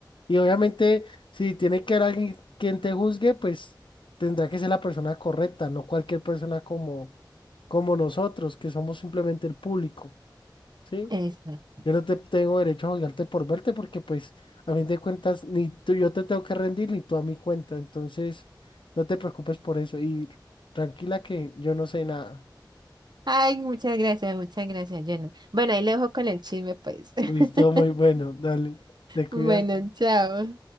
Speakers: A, on the left; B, on the right.
A: Y obviamente, si tiene que haber alguien quien te juzgue, pues tendrá que ser la persona correcta, no cualquier persona como, como nosotros, que somos simplemente el público. ¿Sí?
B: eso.
A: Yo no te tengo derecho a juzgarte por verte porque pues a fin de cuentas ni tú yo te tengo que rendir ni tú a mi cuenta. Entonces no te preocupes por eso y tranquila que yo no sé nada.
B: Ay, muchas gracias, muchas gracias, Jonah. Bueno, ahí le dejo con el chisme, pues. <laughs>
A: Listo, muy bueno, dale. Te cuidas.
B: Bueno, chao.